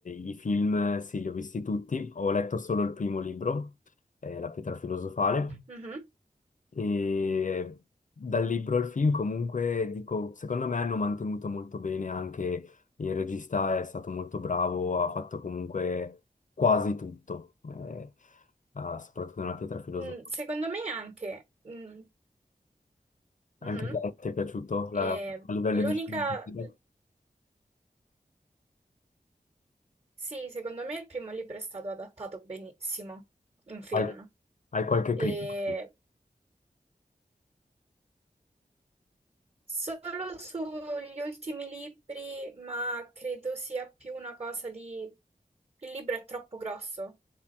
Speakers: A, on the left (about 55°); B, on the right (about 45°).
A: i film sì, li ho visti tutti, ho letto solo il primo libro, eh, La pietra filosofale.
B: mhm.
A: E dal libro al film, comunque, dico, secondo me hanno mantenuto molto bene anche il regista è stato molto bravo, ha fatto comunque quasi tutto, eh, ah, soprattutto nella pietra filosofica.
B: Mm, secondo me anche. Mm, mhm.
A: Anche te ti è piaciuto la-
B: E
A: a livello
B: l'unica...
A: di sceneggiatura?
B: Sì, secondo me il primo libro è stato adattato benissimo in film.
A: Hai, hai qualche
B: E
A: critica?
B: solo sugli ultimi libri, ma credo sia più una cosa di... Il libro è troppo grosso